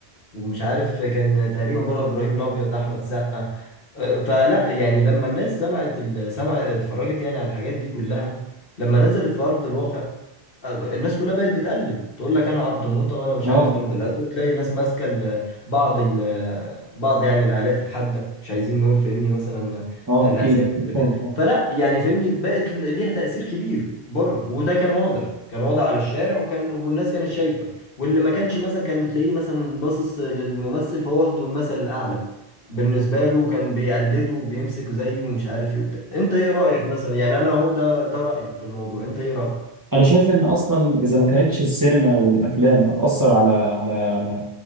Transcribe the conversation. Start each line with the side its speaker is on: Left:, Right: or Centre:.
Left: ومش عارف كان تقريبا برضه ابراهيم الابيض احمد سقا فلا يعني لما الناس سمعت ال- سمع اتفرجت يعني على الحاجات دي كلها لما نزلت في ارض الواقع الناس كلها بقت بتقلد تقول لك انا عبد موته وانا مش
Right: اه
Left: عارف قلب الاسد وتلاقي الناس ماسكه ال- بعض ال- بعض يعني الالات الحاده مش عايزين نقول فهمني مثلا
Right: اه
Left: الاسامي
Right: اكيد اكيد
Left: ولا
Right: فاهمك
Left: كده فلا يعني فهمني بقت ليها تاثير كبير بره وده كان واضح كان واضح على الشارع وكان والناس كانت شايفه واللي ما كانش مثلا كان تلاقيه مثلا باصص للممثل فهو واخده المثل الاعلى بالنسبة له كان بيقلده وبيمسك زيه ومش عارف ايه وبتاع انت ايه رأيك مثلا يعني انا هو ده ده رأيي في الموضوع انت ايه رأيك
Right: انا شايف ان اصلا اذا ما كانتش السينما والافلام هتاثر على على على